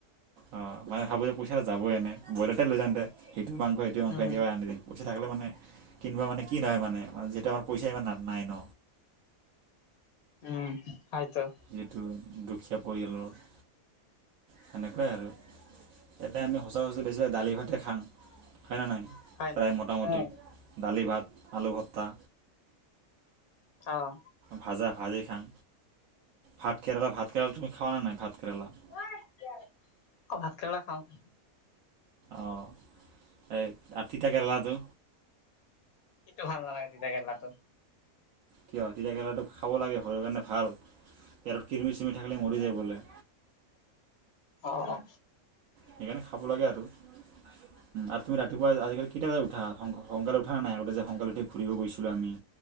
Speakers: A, on the right; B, on the left.
A: অঁ, মানে ভাবো যে পইচটো যাবই এনে ব্ৰইলাৰকে লৈ যাওঁতে, সেইটো মাংস, সেইটো মাংস
B: উম,
A: এনেকা ৰান্ধিবি। পইচা থাকিলে মানে কিনিব মানে কি নহয় মানে যিহেতু আমাৰ পইচা ইমান নাই ন।
B: উম, হয় তো।
A: যিটো দুখীয়া পৰিয়ালৰ সেনেকুৱাই আৰু। ইয়াতে আমি সচৰাচৰ বেছিভাগেই দালি ভাতে খাওঁ, হয় না নহয়?
B: হয়
A: প্ৰায়
B: নেকি?
A: মোটামুটি
B: উম,
A: দালি ভাত, আলু ভত্তা।
B: অঁ।
A: ভাজা ভাজি খাং। ভাত কেৰেলা, ভাত কেৰেলা তুমি খোৱা নে নাই ভাত কেৰেলা?
B: অঁ, ভাত কেৰেলা খাওঁ।
A: অঁ, এই তিতা কেৰেলাটো?
B: সেইটো ভাল নালাগে তিতা কেৰেলাটো।
A: কিয়? তিতা কেৰেলাটো খাব লাগে শৰীৰৰ কাৰণে ভাল, পেটত কৰিমি চিৰমি থাকিলে মৰি যায় বোলে।
B: অঁ, অঁ।
A: সেইকাৰণে খাব লাগে আৰু। আৰু তুমি ৰাতিপুৱা আজিকালি কেইটা বজাত উঠা? সোনকালে উঠা না নাই, আগতে যে সোনকালে উঠি ঘূৰিব গৈছিলোঁ আমি।